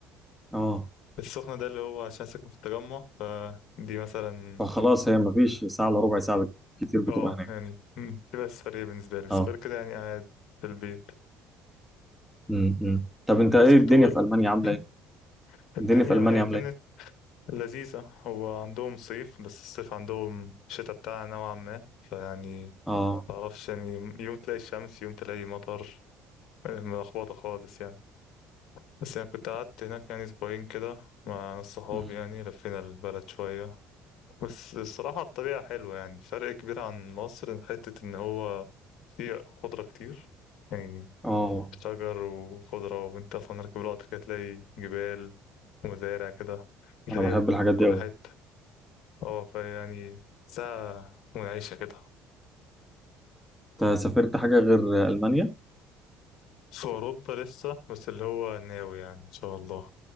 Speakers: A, in the centre; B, on the left.
A: اه
B: السخنة ده اللي هو عشان ساكن في التجمع فدي مثلا
A: فخلاص هي ما فيش ساعه الا ربع ساعه كتير بتبقى
B: اه
A: هناك
B: يعني مم، تبقى سفرية بالنسبة لي بس
A: اه
B: غير كده يعني قاعد في البيت
A: امم إمم. طب انت ايه
B: بس كنت
A: الدنيا
B: بقول
A: في المانيا عامله
B: مم،
A: ايه
B: الدنيا
A: الدنيا في المانيا
B: ما هي
A: عامله
B: كانت
A: ايه
B: لذيذة هو عندهم صيف بس الصيف عندهم شتاء بتاعها نوعا ما فيعني
A: اه
B: متعرفش يعني يوم تلاقي الشمس يوم تلاقي مطر ملخبطة خالص يعني بس يعني كنت قعدت هناك يعني أسبوعين كده مع ناس صحابي
A: إمم.
B: يعني لفينا البلد شوية بس الصراحة الطبيعة حلوة يعني فرق كبير عن مصر حتة إن هو فيه خضرة كتير يعني
A: اه
B: شجر وخضرة وأنت أصلا راكب القطر كده تلاقي جبال ومزارع كده تلاقيها
A: انا بحب
B: في
A: الحاجات
B: كل
A: دي قوي
B: حتة اه فيعني ساعة منعشة كده
A: انت سافرت حاجه غير المانيا
B: في أوروبا لسه بس اللي هو ناوي يعني إن شاء الله